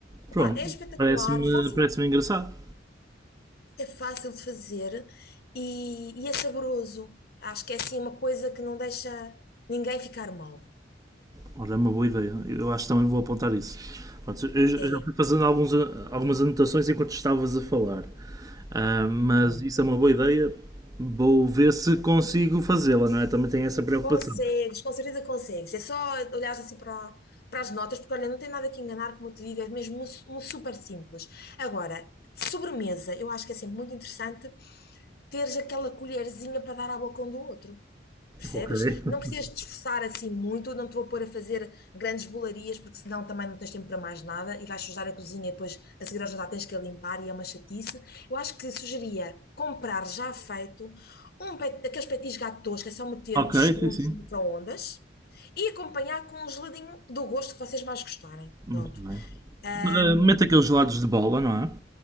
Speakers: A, on the right; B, on the left.
A: Pronto.
B: Epá, é espetacular,
A: Parece-me
B: fácil,
A: parece engraçado.
B: é fácil de fazer e, e é saboroso. Acho que é assim uma coisa que não deixa ninguém ficar mal.
A: Olha, é uma boa ideia. Eu acho que também vou apontar isso. Pronto, eu já
B: É,
A: eu já fui fazendo alguns, a- algumas anotações enquanto estavas a falar. Ah, mas
B: pronto.
A: isso é uma boa ideia. Vou ver se consigo fazê-la, não é? Também tenho essa preocupação.
B: Consegues, com certeza consegues. É só olhares assim para, para as notas, porque olha, não tem nada que enganar, como eu te digo, é mesmo um, su- um super simples. Agora, de sobremesa, eu acho que é sempre muito interessante teres aquela colherzinha para dar à boca um do outro. Percebes?
A: Ok. <laughs>
B: Não precisas te esforçar assim muito, não te vou pôr a fazer grandes bolarias, porque senão também não tens tempo para mais nada e vais sujar a cozinha e depois a seguir ao jantar tens que a limpar e é uma chatice. Eu acho que sugeria comprar já feito um pet, daqueles petis gatos, que é só meter
A: Ok,
B: uns segundos
A: sim, sim.
B: no micro-ondas e acompanhar com um geladinho do gosto que vocês mais gostarem.
A: Muito
B: Pronto.
A: bem.
B: Ahm,
A: Ah, mete aqueles gelados de bola, não é?